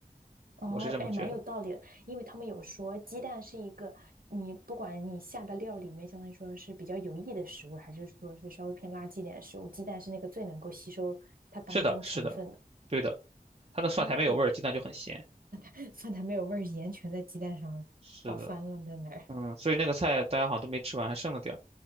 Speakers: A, on the right (about 65°); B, on the right (about 40°).
A: 哦，
B: 我是这么觉得。
A: 哎，蛮有道理的，因为他们有说鸡蛋是一个你不管你下的料里面，相当于说是比较有益的食物，还是说是稍微偏垃圾一点的食物，鸡蛋是那个最能够吸收它当中成分的。
B: 是的，是的，对的，它那蒜苔没有味儿，
A: 嗯。
B: 鸡蛋就很咸。
A: <laughs> 饭苔没有味儿，盐全在鸡蛋上倒翻了，
B: 是的。
A: 在那儿
B: 嗯，所以那个菜大家好像都没吃完，还剩了点儿。